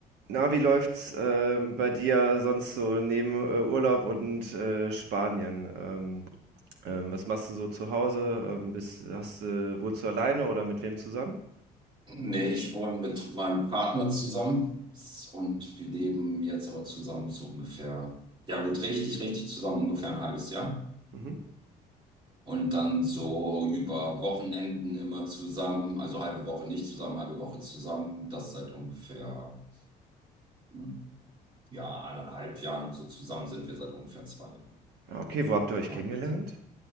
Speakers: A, on the right (about 80°); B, on the right (about 30°).
A: Na, wie läuft's ähm, bei dir sonst so neben äh, Urlaub und äh, Spanien? Ähm, ähm, was machst du so zu Hause? Ähm, bist, hast, du- wohnst du alleine oder mit wem zusammen?
B: Nee, ich wohne mit meinem Partner zusammen und wir leben jetzt aber zusammen so ungefähr, ja gut, richtig, richtig zusammen ungefähr ein halbes Jahr.
A: Mhm.
B: Und dann so über Wochenenden immer zusammen, also halbe Woche nicht zusammen, halbe Woche zusammen. Das seit ungefähr, hm, ja, anderthalb Jahren und so zusammen sind wir seit ungefähr zwei Jahren.
A: Ja, okay,
B: So,
A: wo habt ihr euch
B: kann,
A: kennengelernt?
B: kann.